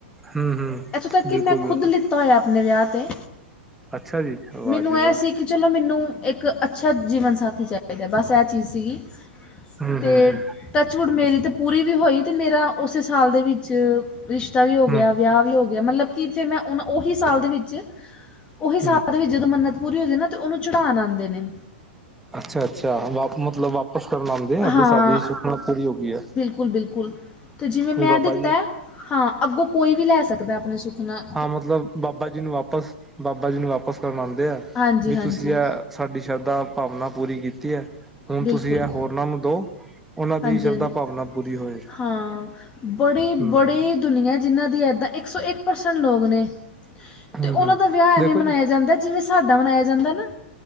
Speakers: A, in the centre; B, on the left.
A: ਹੂੰ ਹੂੰ
B: ਇਥੋਂ ਤਕ ਕਿ
A: ਬਿਲਕੁਲ
B: ਮੈ ਖੁਦ
A: ਬਿਲਕੁਲ
B: ਲ ਹੋਇਆ ਆਪਣੇ ਵਿਆਹ ਤੇ
A: ਅੱਛਾ ਜੀ ਵਾਹ
B: ਮੈਨੂੰ
A: ਜੀ ਵਾਹ
B: ਇਹ ਸੀ। ਕਿ ਚਲੋ ਮੈਨੂੰ ਇਕ ਅਛਾ ਜੀਵਨ ਸਾਥੀ ਚਾਹੀਦਾ ਬਸ ਇਹ ਚੀਜ਼ ਸੀਗੀ
A: ਹੂੰ
B: ਅਤੇ
A: ਹੂੰ ਹੂੰ
B: ਟੱਚਵੁੱਡ ਮੇਰੀ ਤਾਂ ਪੂਰੀ ਵੀ ਹੋਈ ਅਤੇ ਮੇਰਾ ਉਸੇ ਸਾਲ ਦੇ ਵਿਚ ਰਿਸ਼ਤਾ ਵੀ ਹੋ
A: ਹੂੰ
B: ਗਿਆ ਵਿਆਹ ਵੀ ਹੋ ਗਿਆ ਮਤਲਬ ਕਿ ਫਿਰ ਮੈਂ ਉਹ ਉਹੀ ਸਾਲ ਦੇ ਵਿਚ ਉਹੀ ਸਾਬ
A: ਹੂੰ
B: ਵਿਚ ਜਦੋ ਮੰਨਤ ਪੂਰੀ ਹੋ ਜਾਦੀ ਨਾ ਤੇ ਉਹਨੂੰ ਚੜਾਨ ਆਉਦੇ ਨੇ
A: ਅੱਛਾ ਅੱਛਾ ਵਾਪ ਮਤਲਬ ਵਾਪਿਸ ਕਰਨ ਆਉਦੇ ਆ
B: ਹਾਂ
A: ਵੀ ਸਾਡੀ ਸੁਖਨਾ ਪੂਰੀ ਹੋ ਗਈ ਹੈ।
B: ਬਿਲਕੁਲ ਬਿਲਕੁਲ ਅਤੇ ਜਿਵੇਂ ਮੈਂ
A: ਵੀ ਬਾਬਾ
B: ਦਿਤਾ
A: ਜੀ
B: ਹਾਂ ਅਗੋਂ ਕੋਈ ਵੀ ਲੈ ਸਕਦਾ ਆਪਣੇ ਸੁੱਖਨਾ
A: ਹਾਂ ਮਤਲਬ ਬਾਬਾ ਜੀ ਨੂੰ ਵਾਪਸ ਬਾਬਾ ਜੀ ਨੂੰ ਵਾਪਸ ਕਰਨ ਆਉਦੇ ਆ
B: ਹਾਂਜੀ
A: ਵੀ
B: ਹਾਂਜੀ
A: ਤੁਸੀ ਇਹ ਸਾਡੀ ਸ਼ਰਧਾ ਭਾਵਨਾ ਪੂਰੀ ਕੀਤੀ ਹੈ। ਹੁਣ
B: ਬਿਲਕੁਲ
A: ਤੁਸੀ ਇਹ ਹੋਰਨਾਂ ਨੂੰ ਦੋ ਉਹਨਾਂ ਦੀ
B: ਹਾਂਜੀ-
A: ਸ਼ਰਧਾ
B: ਹਾਂਜੀ
A: ਭਾਵਨਾ ਪੂਰੀ ਹੋਏ
B: ਹਾਂ ਬੜੇ-
A: ਹਮ
B: ਬੜੇ
A: ਹਮ
B: ਦੁਨੀਆਂ ਜਿਹਨ੍ਹਾਂ ਦੀ ਇਏਦਾਂ ਇਕ ਸੌ ਇਕ ਪਰਸੈਂਟ ਲੋਕ ਨੇ ਤੇ
A: ਹਮ
B: ਉਹਨਾ
A: ਹਮ
B: ਦਾ ਵਿਆਹ ਐਵੇਂ
A: ਦੇਖੋ
B: ਮਨਾਇਆ
A: ਜੀ
B: ਜਾਦਾ ਜਿਵੇ ਸਾਡਾ ਮਨਾਇਆ ਜਾਦਾ ਨਾ